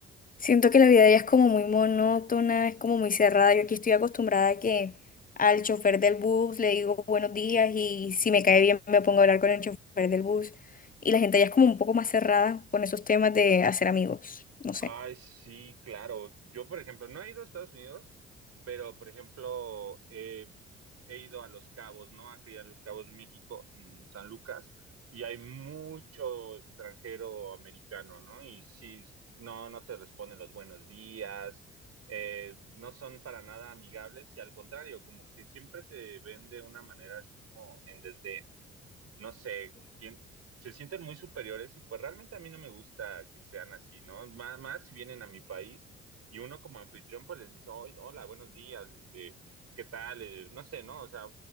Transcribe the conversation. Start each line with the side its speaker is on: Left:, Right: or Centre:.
Left: Siento que la vida allá es como muy monótona, es como muy cerrada. Yo aquí estoy acostumbrada a que al chofer del bus le digo buenos días y si me cae bien me pongo a hablar con el chofer del bus. Y la gente allá es como un poco más cerrada con esos temas de hacer amigos, no sé.
Right: Ay, sí, claro. Yo, por ejemplo, no he ido a Estados Unidos, pero, por ejemplo, eh, he ido a Los Cabos, ¿no? Aquí a Los Cabos, México, en San Lucas, y hay mucho extranjero americano, ¿no? Y sí, no, no te responden los buenos días, eh, no son para nada amigables, y al contrario, como que siempre te ven de una manera así como en desdén no sé, tien- se sienten muy superiores y pues realmente a mí no me gusta que sean así, ¿no? Más, más si vienen a mi país y uno como anfitrión pues les dice, "Oy, hola, buenos días, este, ¿qué tal? Eh, no sé, ¿no? O sea,